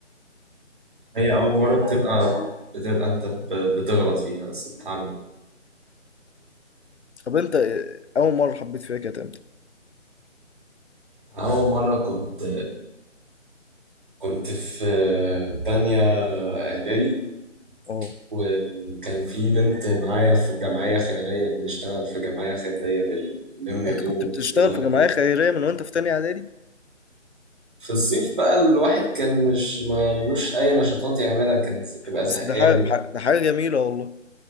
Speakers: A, on the right; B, on the left.
A: هي أول مرة بتبقى بتبقى أنت ب- بتغلط فيها بس بتتعلم
B: طب أنت آه، أول مرة حبيت فيها كانت إمتى؟
A: أول مرة كنت كنت في تانية إعدادي
B: اه
A: وكان في بنت معايا في جمعية خيرية بنشتغل في جمعية خيرية بنلم هدوم
B: انت كنت
A: ونفرزها
B: بتشتغل في
A: وكده
B: جمعية خيرية من وانت في تانية اعدادي
A: في الصيف بقى الواحد كان مش ملوش أي نشاطات يعملها كان ز- بتبقى
B: بس
A: زهقان
B: ده حاجة ح- ده حاجة جميلة والله